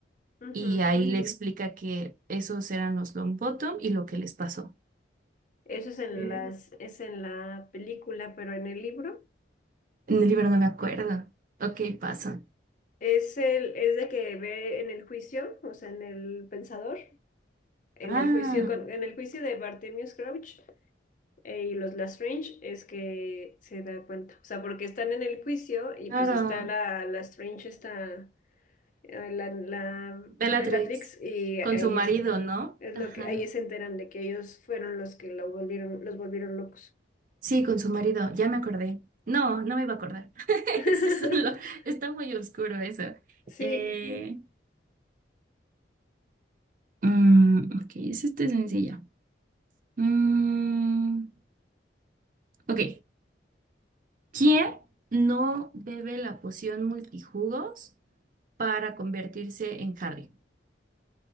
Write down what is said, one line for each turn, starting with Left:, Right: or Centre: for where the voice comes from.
Left: Ujú.
Right: y ahí le explica que esos eran los long bottom y lo que les pasó.
Left: Eso es en
Right: En
Left: las, es en la película, pero en el libro.
Right: el libro no me acuerdo. Ok, pasa.
Left: Es el, es de que ve en el juicio, o sea, en el pensador, en
Right: Ah,
Left: el juicio con- en el juicio de Bartemius Crouch eh, y los Lestrange es que se da cuenta. O sea, porque están en el juicio y
Right: claro.
Left: pues está la La Lestrange, está eh, la, la
Right: Bellatrix.
Left: Bellatrix y
Right: Con
Left: ahí
Right: su marido,
Left: es,
Right: ¿no?
Left: es
Right: Ajá.
Left: lo que ahí se enteran de que ellos fueron los que lo volvieron, los volvieron locos.
Right: Sí, con su marido. Ya me acordé. No, no me iba a acordar. <laughs>
Left: <laughs>
Right: Es- un lo- Está muy oscuro eso.
Left: Sí,
Right: Eh, mm, ok, es este sencilla. Mm, ok. ¿Quién no bebe la poción multijugos? para convertirse en Harry.